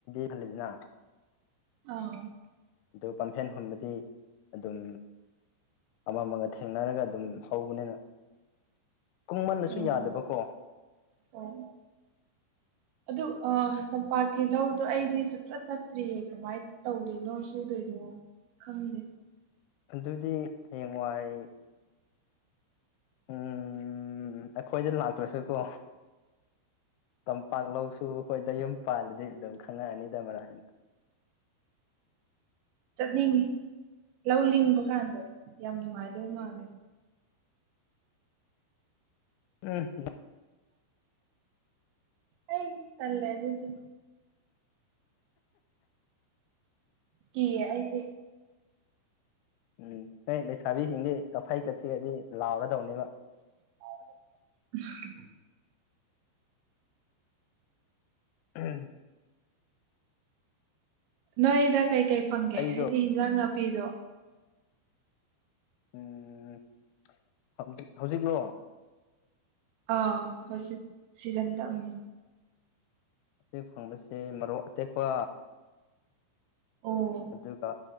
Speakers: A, on the left (about 80°); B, on the right (about 75°).
A: ꯈꯜꯂꯤꯗꯅ <unintelligible>
B: ꯑꯥ
A: ꯑꯗꯨ ꯄꯥꯝꯐꯦꯟ ꯍꯨꯟꯕꯗꯤ ꯑꯗꯨꯝ ꯑꯃ ꯑꯃꯒ ꯊꯦꯡꯅꯔꯒ ꯑꯗꯨꯝ ꯍꯧꯕꯅꯤꯅ ꯀꯨꯡꯃꯜꯂꯁꯨ
B: ꯑꯣ
A: ꯌꯥꯗꯕꯀꯣ
B: ꯑꯣ ꯑꯣ ꯑꯗꯨ ꯑ ꯇꯝꯄꯥꯛꯀꯤ ꯂꯧꯗꯣ ꯑꯩꯗꯤ ꯁꯨꯡꯆꯠ ꯆꯠꯇ꯭ꯔꯤꯌꯦ ꯀꯃꯥꯏꯅ ꯇꯧꯗꯣꯏꯅꯣ ꯁꯨꯗꯣꯏꯅꯣ ꯈꯪꯗꯦ
A: ꯑꯗꯨꯗꯤ ꯍꯌꯦꯡꯋꯥꯏ ꯎꯝ ꯑꯩꯈꯣꯏꯗ ꯂꯥꯛꯇ꯭ꯔꯁꯨꯀꯣ ꯇꯝꯄꯥꯛ ꯂꯧꯁꯨꯕ ꯈꯣꯏꯗ ꯌꯨꯝ ꯄꯥꯜꯂꯗꯤ ꯑꯗꯨꯝ ꯈꯪꯉꯛꯑꯅꯤꯗ ꯃꯔꯥꯏꯅ
B: ꯆꯠꯅꯤꯡꯉꯤ ꯂꯧ ꯂꯤꯡꯕ ꯀꯥꯟꯗꯣ ꯌꯥꯝ ꯅꯨꯡꯉꯥꯏꯗꯣꯏ ꯃꯥꯜꯂꯦ
A: ꯎꯝ
B: ꯑꯩ ꯇꯜꯂꯦ ꯑꯗꯨꯗꯤ ꯀꯤꯌꯦ ꯑꯩꯗꯤ
A: ꯎꯝ ꯅꯣꯏ ꯂꯩꯁꯥꯕꯤꯁꯤꯡꯗꯤ ꯀꯥꯐꯩꯒ ꯆꯤꯛꯑꯗꯤ ꯂꯥꯎꯔꯗꯧꯅꯦꯕ
B: <unintelligible>
A: ꯎꯝ <inaudible>
B: ꯅꯣꯏꯗ ꯀꯩꯀꯩ ꯐꯪꯒꯦ
A: ꯑꯩꯗꯣ
B: ꯍꯥꯏꯗꯤ ꯏꯟꯖꯥꯡ ꯅꯥꯄꯤꯗꯣ
A: ꯎꯝ ꯍꯧꯖꯤꯛ ꯍꯧꯖꯤꯛꯂꯣ
B: ꯑꯥ ꯍꯧꯖꯤꯛ ꯁꯤꯖꯟꯗ ꯎꯝ
A: ꯑꯩꯈꯣꯏ ꯐꯪꯕꯁꯤ ꯃꯔꯣꯛ ꯑꯇꯦꯛꯄ
B: ꯑꯣ
A: ꯑꯗꯨꯒ